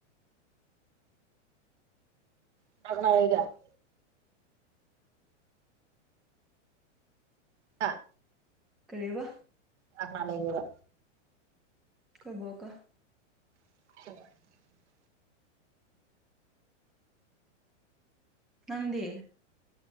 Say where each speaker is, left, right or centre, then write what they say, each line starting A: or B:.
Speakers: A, on the right; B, in the centre.
A: <unintelligible> ꯑ
B: ꯀꯔꯤꯕ
A: ꯀꯅꯥ ꯀꯅꯥ ꯂꯩꯒꯦꯕ
B: ꯈꯣꯏ ꯕꯣꯛꯀ
A: <inaudible>
B: ꯅꯪꯗꯤ